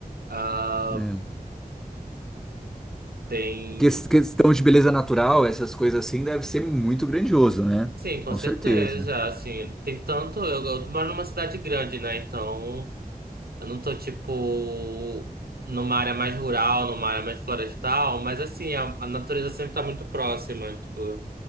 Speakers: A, on the right; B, in the centre.
A: Ah,
B: É.
A: tem.
B: Ques- Questão de beleza natural, essas coisas assim, deve ser muito grandioso, né?
A: Sim, com
B: Com
A: certeza.
B: certeza.
A: Assim, tem tanto. Eu, eu moro numa cidade grande, né? Então, eu não tô, tipo, numa área mais rural, numa área mais florestal, mas, assim, a, a natureza sempre tá muito próxima. Tipo,